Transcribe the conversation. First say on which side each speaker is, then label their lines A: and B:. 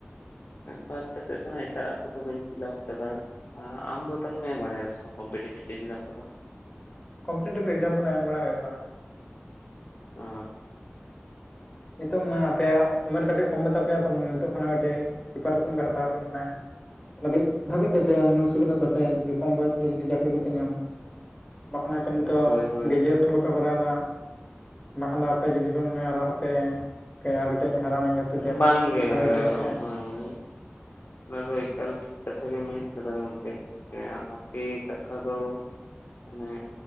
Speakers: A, on the left; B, on the left.
A: ᱵᱟᱫ ᱠᱟᱛᱮᱫ ᱫᱚ ᱦᱟᱸᱜ ᱮᱴᱟᱜ ᱠᱚᱫᱚ ᱵᱟᱹᱧ ᱯᱷᱤᱞᱟᱯ ᱠᱟᱫᱟ ᱟᱢ ᱫᱚ ᱛᱟᱦᱞᱮᱢ ᱮᱢ ᱵᱟᱬᱟᱭ ᱫᱟ ᱥᱮᱵᱟᱝ ᱠᱚᱢᱯᱤᱴᱮᱴᱤᱵᱷ ᱮᱠᱡᱟᱢ ᱠᱚᱫᱚ
B: ᱠᱚᱢᱯᱤᱴᱮᱴᱤᱵᱷ ᱮᱠᱡᱟᱢ ᱠᱚᱫᱚ ᱮᱢ ᱵᱟᱲᱟ ᱦᱩᱭᱩᱜ ᱠᱟᱱᱟ
A: ᱚ
B: ᱱᱤᱛᱚᱝ ᱢᱟᱱᱮ ᱟᱯᱮᱭᱟᱜ ᱩᱢᱮᱨ ᱠᱟᱹᱴᱤᱡ ᱠᱚᱢ ᱜᱮᱛᱟᱯᱮᱭᱟ ᱛᱚ ᱱᱤᱛᱳᱜ ᱠᱷᱚᱱᱟᱜ ᱠᱟᱹᱴᱤᱡ ᱯᱨᱤᱯᱟᱨᱮᱥᱮᱱ ᱠᱚ ᱦᱟᱛᱟᱣ ᱯᱮ ᱢᱟᱱᱮ ᱞᱟᱹᱜᱤᱫ ᱵᱷᱟᱜᱤᱜ ᱛᱟᱯᱮᱭᱟ ᱢᱮ ᱥᱩᱵᱤᱫᱟᱜ ᱛᱟᱯᱮᱭᱟ ᱡᱩᱫᱤ ᱠᱚᱢ ᱵᱚᱭᱮᱥ ᱨᱮ ᱡᱩᱫᱤ ᱪᱟᱹᱠᱨᱤ ᱠᱚᱯᱮ ᱧᱟᱢᱟ᱾ ᱵᱟᱠᱷᱟᱱᱯᱮ ᱱᱤᱛᱚᱜ
A: ᱦᱳᱭ ᱦᱳᱭ
B: ᱜᱨᱮᱡᱩᱭᱮᱥᱚᱱ ᱠᱚᱯᱮ ᱠᱚᱨᱟᱣᱮ ᱫᱟ ᱵᱟᱠᱷᱟᱱ ᱫᱚ ᱟᱯᱮ ᱡᱩᱫᱤ ᱡᱟᱱᱮ ᱟᱨᱚ ᱦᱟᱯᱮ ᱠᱟᱹᱡ ᱟᱨ ᱠᱟᱹᱴᱤᱡ ᱤᱧ ᱦᱟᱨᱟᱮᱱᱱ ᱜᱮᱭᱟ ᱥᱮ ᱪᱮᱫ
A: ᱵᱟᱝᱜᱮ
B: ᱟᱨ ᱠᱟᱹᱴᱤᱡ ᱦᱮ <inaudible>
A: ᱵᱟᱝ ᱚᱱᱟ ᱫᱚ ᱮᱠᱟᱞ ᱴᱷᱤᱠ ᱠᱟᱛᱷᱟ ᱜᱮ ᱢᱮᱱ ᱠᱟᱫᱟ ᱜᱚᱢᱠᱮ ᱦᱟᱯᱮ ᱠᱟᱛᱷᱟ ᱫᱚ ᱢᱟᱱᱮ